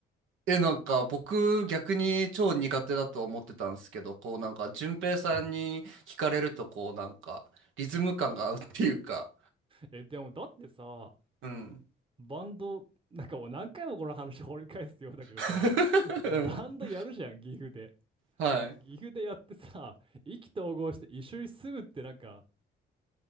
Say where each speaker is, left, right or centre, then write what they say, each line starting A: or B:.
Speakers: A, on the right; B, on the right.
A: え、なんか僕逆に超苦手だと思ってたんですけど、こうなんか順平さんに聞かれるとこうなんかリズム感が合うっていうか、
B: <laughs> え、でもだってさ、
A: うん。
B: バンド、なんかもう何回もこの話掘り返すようだけどさ、
A: <laughs>
B: バンドやるじゃん、
A: うん
B: 岐阜で。
A: はい。
B: 岐阜でやってさ、意気投合して一緒に住むってなんか、